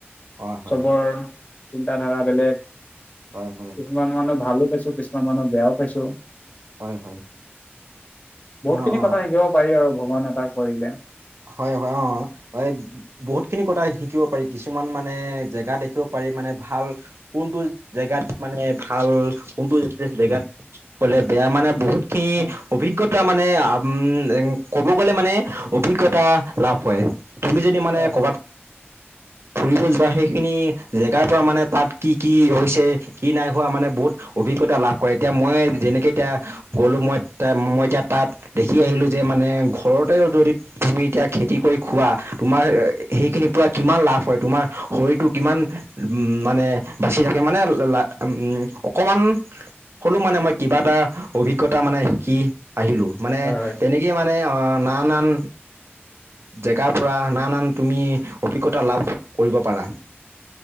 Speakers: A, on the right; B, on the left.
A: অ হয়
B: চবৰ চিন্তা ধাৰা বেলেগ, কিছুমান
A: হয় হয়
B: মানুহ ভালো পাইছোঁ কিছুমান মানুহ বেয়াও পাইছোঁ।
A: হয় হয়
B: বহুত
A: অ অ
B: খিনি কথা শিকিব পাৰি আৰু ভগৱান এটাক কৰিলে।
A: হয়-হয় অ, হয়। বহুত খিনি কথা শিকিব পাৰি, কিছুমান মানে জেগা দেখিব পাৰি মানে ভাল কোনটো জেগাত মানে ভাল কোনটো জেগাত কলে বেয়া মানে বহুত কে
B: হয়
A: অভিজ্ঞতা মানে উম ক'ব গ'লে মানে অভিজ্ঞ তা লাভ হয় তুমি যদি মানে
B: হয়
A: কবাত ফুৰিব যোৱা সেইখিনি জেগাৰ পৰা মানে তাত কি - কি হৈছে কি নাই হোৱা মানে বহুত অভিজ্ঞতা লাভ কৰে এতিয়া মই যেনেকে এতিয়া গ'লো মই মই এতিয়া তাত দেখি আহিলো যে মানে ঘৰতে যৰিত তুমি এতিয়া খেতি কৰি খোৱা তোমাৰ সেইখিনি পৰা কিমান লাভ হয় তোমাৰ শৰীৰটো কিমান উম, মানে বাচি থাকে মানে লা উম, অকণমান হ'লো মানে মই কিবা এটা অভিজ্ঞতা মানে শিকি আহিলো। মানে
B: হয়
A: তেনেকেই মানে নানান জেগাৰ পৰা নানান তুমি অভিজ্ঞতা লাভ কৰিব পাৰা।